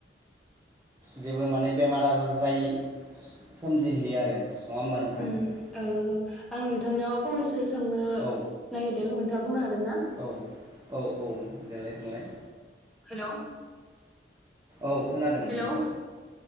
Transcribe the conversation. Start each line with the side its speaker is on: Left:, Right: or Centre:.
Right: जेबो माने बेमार आजार जायि सोमजिहैयो आरो नङा होमबा नोंथां
Centre: अम औ नंगौ आं नोंथांनियाव फंनैसो सोंनो
Right: औ
Centre: नागिरदों नोंथाङा बुंनो हागोन ना
Right: औ औ औ देलाय सोंलाय
Centre: हेलौ
Right: औ खोनादों
Centre: हेलौ
Right: नोंथां